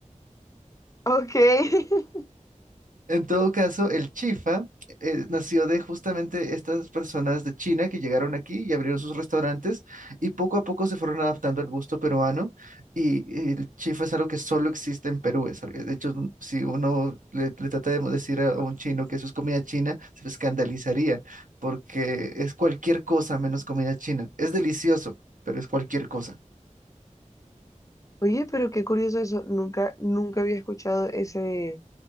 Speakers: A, on the left; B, on the right.
A: Ah, ok. <laughs>
B: En todo caso, el chifa eh, nació de justamente estas personas de China que llegaron aquí y abrieron sus restaurantes y poco a poco se fueron adaptando al gusto peruano y el chifa es algo que solo existe en Perú. es algo- de hecho, un- si uno le, le trata de decir a a un chino que eso es comida china, se escandalizaría porque es cualquier cosa menos comida china. Es delicioso, pero es cualquier cosa.
A: Oye, pero qué curioso eso. Nunca, nunca había escuchado ese,